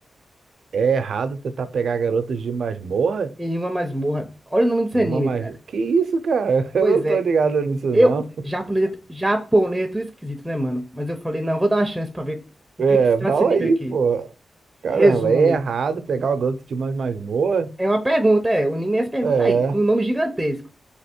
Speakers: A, on the right; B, in the centre.
A: É errado tentar pegar garotos de masmorra?
B: Em uma masmorra. Olha o nome desse
A: De
B: anime,
A: uma mas...
B: cara.
A: Que isso, cara? <laughs> Eu
B: Pois
A: não
B: é.
A: tô ligado nisso,
B: Eu,
A: não.
B: japonês, japonês é tudo esquisito, né, mano? Mas eu falei, não, vou dar uma chance pra ver do
A: É,
B: que que se trata
A: fala
B: esse anime
A: aí,
B: aqui.
A: pô. Caramba,
B: Resumo.
A: é errado pegar o garoto de uma masmorra?
B: É uma pergunta, é. O anime é essa pergunta
A: É,
B: aí. Um nome gigantesco.